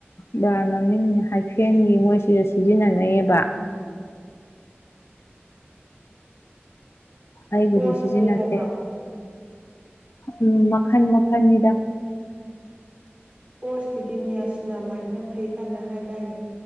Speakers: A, on the left; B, on the right.
A: ꯕ꯭ꯔꯥꯟ ꯃꯃꯤꯡ ꯅꯦ ꯍꯥꯏꯐꯦꯟꯒꯤ ꯃꯣꯏꯁꯤꯗ ꯁꯤꯖꯤꯟꯅꯟꯅꯩꯌꯦꯕ ꯑꯩꯕꯨꯗꯤ
B: ꯄꯣꯔꯁ
A: ꯁꯤꯖꯤꯟꯅꯗꯦ
B: ꯐꯩ ꯍꯥꯏꯕ꯭ꯔꯥ
A: ꯎꯝ ꯃꯈꯟ ꯃꯈꯟꯅꯤꯗ
B: ꯄꯣꯔꯁꯀꯤꯗꯤ ꯅꯤꯌꯥꯁꯤꯅꯥ ꯃꯥꯏꯠꯅ ꯐꯩ ꯀꯥꯟꯅ ꯍꯥꯏꯗꯥꯏꯅꯦ